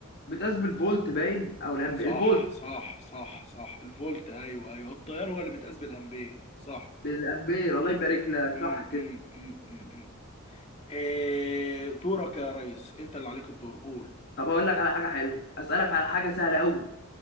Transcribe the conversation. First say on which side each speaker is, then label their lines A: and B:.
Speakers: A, on the left (about 50°); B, on the left (about 30°).
A: بتقاس بالفولت باين او الامبير
B: صح
A: الفولت
B: صح صح صح الفولت ايوه ايوه التيار هو اللي بيتقاس بالامبير صح
A: الامبير الله يبارك لك
B: امم
A: صح كده
B: امم امم امم إيه دورك يا ريس انت اللي عليك الدور قول
A: طب اقول لك على حاجه حلوه اسالك على حاجه سهله قوي